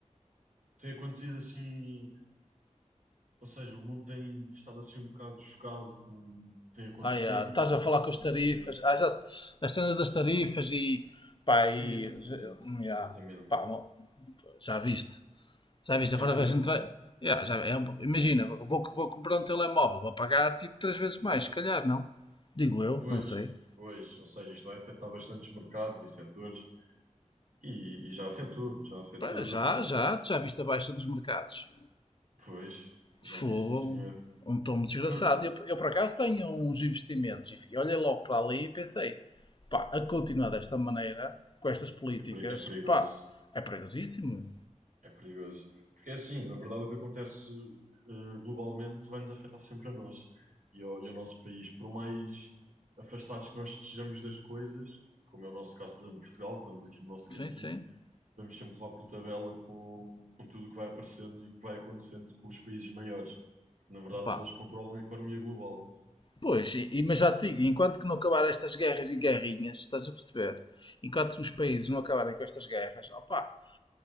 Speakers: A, on the right (about 80°); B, on the left (about 40°).
A: tem acontecido assim, ou seja, o mundo tem estado assim um bocado chocado com o que tem acontecido,
B: Ah, yeah,
A: também
B: estás
A: com
B: a
A: o que
B: falar
A: já
B: com
A: aconteceu.
B: as tarifas. Ah, já, se- as cenas das tarifas e, pá, e,
A: Exatamente,
B: já- yeah,
A: exatamente.
B: pá, mo- já viste. Já viste,
A: E
B: agora
A: a maneira,
B: a gente vai, yeah, já, é, imagina, vou, vou comprar um telemóvel, vou pagar tipo três vezes mais, se calhar, não? Digo eu,
A: pois,
B: não sei.
A: pois, ou seja, isto vai afetar bastantes mercados e setores. E, e já afetou, já afetou,
B: Pá, Já,
A: já podemos.
B: já, tu já viste a baixa dos mercados.
A: Pois, já
B: Fogo,
A: vi sim, senhor.
B: um um tomo desgraçado.
A: Porque não,
B: Eu, eu por acaso tenho uns investimentos e fi- olhei logo para ali e pensei, pá, a continuar desta maneira, com estas políticas,
A: é, peri- é perigoso,
B: pá, é perigosíssimo.
A: é perigoso. Porque é assim, na verdade, o que acontece eh, globalmente vai-nos afetar sempre a nós e ao, e ao nosso país. Por mais afastados que nós estejamos das coisas, como é o nosso caso, por exemplo, Portugal, que estamos aqui no nosso cantinho,
B: Sim, sim.
A: vamos sempre levar por tabela com, com tudo o que vai aparecendo e que vai acontecendo com os países maiores. Porque, na verdade,
B: Pá.
A: são eles que controlam a economia global.
B: Pois, e, e- mas já te digo, enquanto que não acabar estas guerras e guerrinhas, estás a perceber? Enquanto os países não acabarem com estas guerras, opá,